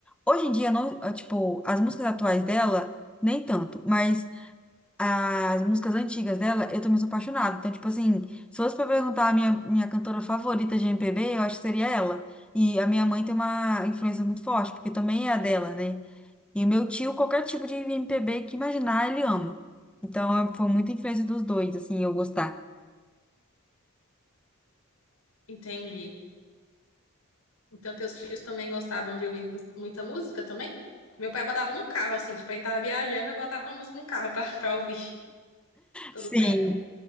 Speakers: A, in the centre; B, on the left.
A: hoje em dia não, ah, tipo, as músicas atuais dela nem tanto, mas as músicas antigas dela eu também sou apaixonada. Então, tipo assim, se fosse pra perguntar a minha minha cantora favorita de MPB, eu acho que seria ela. E a minha mãe tem uma influência muito forte, porque também é a dela, né? E o meu tio, qualquer tipo de MPB que imaginar, ele ama. Então, foi muita influência dos dois, assim, eu gostar.
B: entendi. Então, teus tios também gostavam de ouvir mus- muita música também? Meu pai botava no carro, assim, tipo, a gente tava viajando, eu botava uma música no carro pra, <laughs> pra ouvir todo
A: sim
B: o tempo.